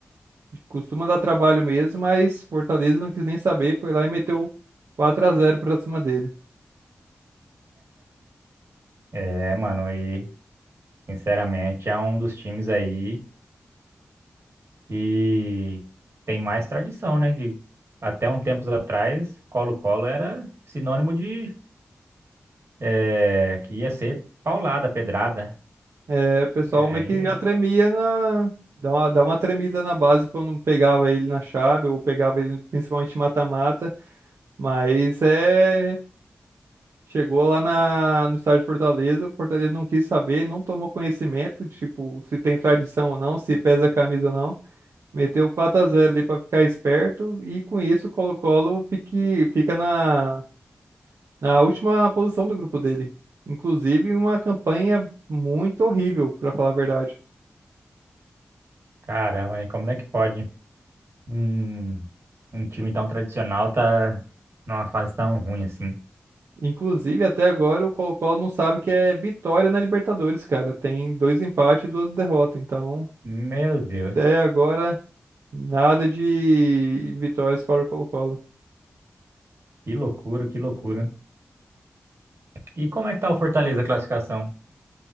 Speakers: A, on the right; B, on the right.
A: Que Costuma dar trabalho mesmo, mas Fortaleza não quis nem saber, foi lá e meteu quatro a zero pra cima dele.
B: É, mano, e, sinceramente, é um dos times aí que tem mais tradição, né? Que até um tempos atrás, Colo-Colo era sinônimo de eh, que ia ser paulada, pedrada.
A: É, o pessoal
B: E aí,
A: meio que
B: eu-
A: já tremia na. Dá uma, dá uma tremida na base quando pegava ele na chave, ou pegava ele principalmente em mata-mata, mas é. Chegou lá na, no estádio de Fortaleza, o Fortaleza não quis saber, não tomou conhecimento, tipo, se tem tradição ou não, se pesa a camisa ou não. Meteu quatro a zero ali para ficar esperto e com isso o Colo-Colo fique, fica na, na última posição do grupo dele. Inclusive, uma campanha muito horrível, para falar a verdade.
B: caramba, hein, como é que pode um, um time tão tradicional tá numa fase tão ruim assim?
A: Inclusive, até agora o Colo-Colo não sabe o que é vitória na Libertadores, cara. Tem dois empates e duas derrotas. Então,
B: Meu Deus,
A: até agora, nada de vitórias para o Colo-Colo.
B: que loucura, que loucura. E como é que tá o Fortaleza a classificação?